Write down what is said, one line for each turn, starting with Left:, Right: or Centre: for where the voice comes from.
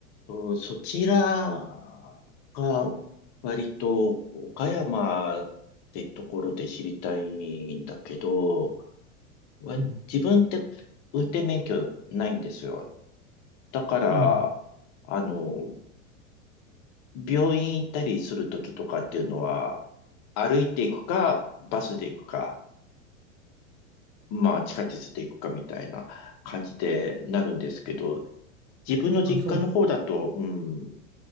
Left: と、そちらが割と岡山ってところで知りたいんだけど、割、
Right: うん。
Left: 自分って運転免許ないんですよ。だから、
Right: うん。
Left: あの、病院行ったりするときとかっていうのは、歩いていくか、バスで行くか、まあ地下鉄で行くかみたいな感じでなるんですけど、自分の実家の方だと、
Right: あ、そう、
Left: うん